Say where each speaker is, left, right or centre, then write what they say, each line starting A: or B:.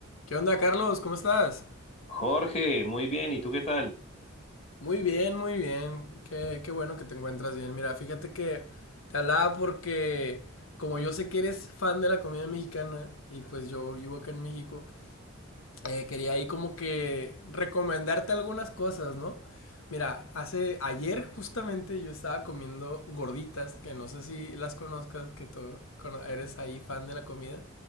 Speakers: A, on the left; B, on the left.
A: ¿Qué onda, Carlos? ¿Cómo estás?
B: Jorge, muy bien, ¿y tú qué tal?
A: Muy bien, muy bien. Qué, qué bueno que te encuentras bien. Mira, fíjate que te hablaba porque como yo sé que eres fan de la comida mexicana y pues yo vivo acá en México, eh, quería ahí como que recomendarte algunas cosas, ¿no? Mira, hace ayer justamente yo estaba comiendo gorditas, que no sé si las conozcas, que tú cono- eres ahí fan de la comida.